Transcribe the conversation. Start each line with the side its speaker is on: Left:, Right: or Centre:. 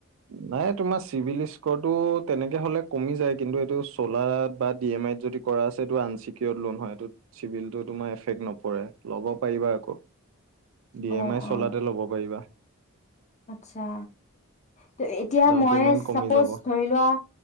Right: নাই তোমাৰ চিভিল স্ক'ৰটো তেনেকে হ'লে কমি যায় কিন্তু এইটো চ'লাত বা ডি এম আইত যদি কৰা আছে এইটো আনচিকিয়ড লোন হয় এইটো চিভিলটো তোমাৰ এফেক্ট নপৰে ল'ব পাৰিবা আকৌ। ডি
Left: অ
Right: এম আই, চলাতে
Left: অ
Right: ল'ব পাৰিবা।
Left: আচ্ছা। ত' এতিয়া
Right: ডাউন
Left: মই
Right: পেমেন্ট
Left: চাপ'জ
Right: কমি যাব
Left: ধৰি লোৱা